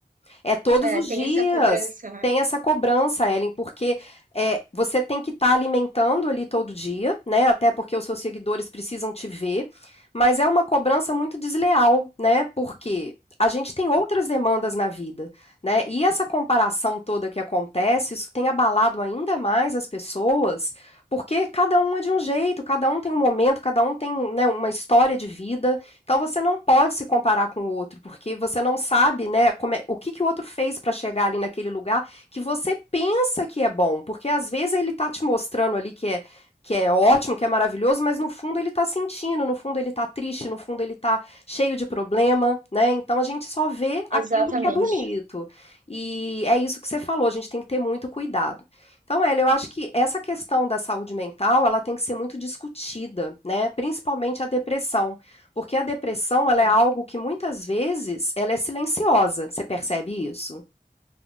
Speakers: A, on the left; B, on the right.
A: É todos
B: é,
A: os
B: tem
A: dias.
B: essa cobrança, né?
A: Tem essa cobrança, Ellen, porque é, você tem que estar tá alimentando ali todo dia, né? Até porque os seus seguidores precisam te ver. Mas é uma cobrança muito desleal, né? Porque a gente tem outras demandas na vida, né? E essa comparação toda que acontece, isso tem abalado ainda mais as pessoas, porque cada um é de um jeito, cada um tem um momento, cada um tem né, uma história de vida. Então você não pode se comparar com o outro, porque você não sabe, né, como é, o que, que o outro fez para chegar ali naquele lugar que você pensa que é bom, porque às vezes ele tá te mostrando ali que é que é ótimo, que é maravilhoso, mas no fundo ele tá sentindo, no fundo ele tá triste, no fundo ele tá cheio de problema, né? Então a gente só vê aquilo
B: Exatamente.
A: que é bonito. E é isso que você falou, a gente tem que ter muito cuidado. Então, Ela, eu acho que essa questão da saúde mental, ela tem que ser muito discutida, né? Principalmente a depressão, porque a depressão, ela
B: É,
A: é algo que muitas vezes ela é silenciosa. Você percebe isso?